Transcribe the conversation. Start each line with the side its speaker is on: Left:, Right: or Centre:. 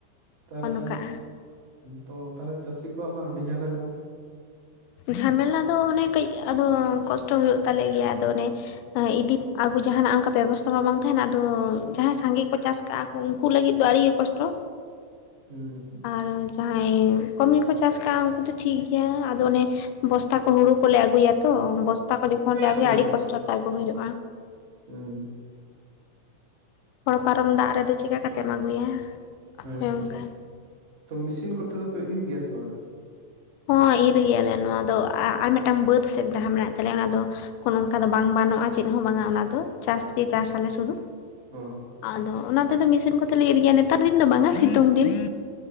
Right: ᱛᱟᱦᱟᱞᱮ
Left: ᱚᱱᱠᱟᱜᱼᱟ
Right: ᱛᱚ ᱛᱟᱞᱦᱮ ᱪᱟᱹᱥᱤ ᱠᱚᱣᱟᱜ ᱢᱟ ᱟᱹᱰᱤ ᱡᱷᱟᱢᱮᱞ-ᱟ᱾
Left: ᱡᱷᱟᱢᱮᱞᱟ ᱫᱚ ᱚᱱᱮ ᱠᱟᱹᱡ ᱟᱫᱚ ᱠᱚᱥᱴᱚ ᱦᱳᱭᱳᱜ ᱛᱟᱞᱮ ᱜᱮᱭᱟ ᱟᱫᱚ ᱚᱱᱮ ᱤᱫᱤ ᱟᱹᱜᱩ ᱡᱟᱦᱟᱱᱟᱜ ᱚᱝᱠᱟ ᱵᱮᱵᱚᱥᱛᱟ ᱢᱟ ᱵᱟᱝ ᱛᱟᱦᱮᱱᱟ, ᱟᱫᱚ ᱡᱟᱦᱟᱸᱭ ᱥᱟᱸᱜᱮ ᱠᱚ ᱪᱟᱥ ᱠᱟᱜ-ᱟ ᱩᱝᱠᱩ ᱞᱟᱹᱜᱤᱫ ᱫᱚ ᱟᱹᱲᱤᱜᱮ ᱠᱚᱥᱴᱚ᱾
Right: ᱦᱩᱸ
Left: ᱟᱨ ᱡᱟᱦᱟᱸᱭ ᱠᱚᱢᱤ ᱠᱚ ᱪᱟᱥ ᱠᱟᱜᱟ ᱩᱝᱠᱩ ᱫᱚ ᱴᱷᱤᱠ ᱜᱮᱭᱟ᱾ ᱫᱚ ᱚᱱᱮ ᱵᱚᱥᱛᱟ ᱠᱚ ᱦᱩᱲᱩ ᱠᱚᱞᱮ ᱟᱹᱜᱩᱭᱟ ᱛᱚ ᱵᱚᱥᱛᱟ ᱠᱚ ᱡᱚᱠᱷᱚᱱ ᱞᱮ
Right: ᱦᱩᱸ
Left: ᱟᱹᱜᱩᱭᱟ ᱟᱹᱰᱤ ᱠᱚᱥᱴᱚ ᱛᱮ ᱟᱹᱜᱩ ᱦᱳᱭᱳᱜ-ᱟ᱾
Right: ᱦᱩᱸ
Left: ᱦᱚᱲ ᱯᱟᱨᱚᱢ ᱫᱟᱜ ᱨᱮᱫᱚ ᱪᱮᱠᱟ ᱠᱟᱛᱮᱢ ᱟᱹᱜᱩᱭ-ᱟ᱾ ᱟᱯᱮ
Right: ᱦᱮᱸᱛᱚ
Left: ᱚᱱᱠᱟ
Right: ᱛᱚ ᱢᱤᱥᱤᱱ ᱠᱚᱛᱮ ᱫᱚᱯᱮ ᱤᱨ ᱜᱮᱭᱟ ᱥᱮ ᱵᱟᱝᱟ?
Left: ᱦᱚᱸ ᱤᱨ ᱜᱮᱭᱟᱞᱮ ᱱᱚᱣᱟ ᱫᱚ ᱟ ᱟᱨ ᱢᱮᱫᱴᱟᱱ ᱵᱟᱹᱫᱽ ᱥᱮᱫ ᱡᱟᱦᱟᱸ ᱢᱮᱱᱟᱜ ᱛᱟᱞᱮᱭᱟ ᱚᱱᱟ ᱫᱚ ᱠᱚ ᱱᱚᱝᱠᱟ ᱫᱚ ᱵᱟᱝ ᱵᱟᱱᱚᱜ-ᱟ ᱪᱮᱫ ᱦᱚᱸ ᱵᱟᱝᱟ ᱚᱱᱟ ᱫᱚ ᱪᱟᱥ ᱜᱮ ᱪᱟᱥ ᱟᱞᱮ ᱥᱩᱫᱷᱩ᱾
Right: ᱦᱚᱸ
Left: ᱟᱫᱚ ᱚᱱᱟᱛᱮ ᱫᱚ ᱢᱮᱥᱤᱱ ᱠᱚᱛᱮᱞᱮ ᱤᱨ ᱜᱮᱭᱟ ᱱᱮᱛᱟᱨ ᱫᱤᱱ ᱫᱚ ᱵᱟᱝᱟ ᱥᱤᱛᱩᱝ ᱫᱤᱱ᱾